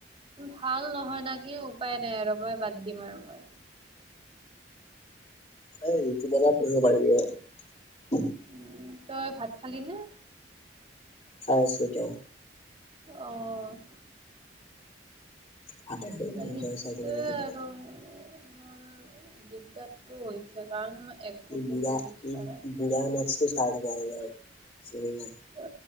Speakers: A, on the right; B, on the left.
A: ভাল নহয় না কি উপায় নাই আৰু মই বাদ দিম আৰু মই।
B: এই ইউটিউবাৰত পঢ়িব পাৰিবি অহ।
A: উম তই ভাত খালি না?
B: খাই আছো এতিয়াই।
A: অহ,
B: হাতে খৰে
A: তই
B: মন
A: যিটোৱে
B: কৰিছে আজিকালি জীৱনত
A: আৰু। মোৰ দিগদাৰটো হৈছে কাৰণ মই। একোকে
B: এই বুঢ়া
A: ফিজিক্স
B: - এই
A: পাৰা নাই।
B: বুঢ়াৰ মেচটো ষ্টাৰ্ট হোৱা। <unintelligible>
A: অহ,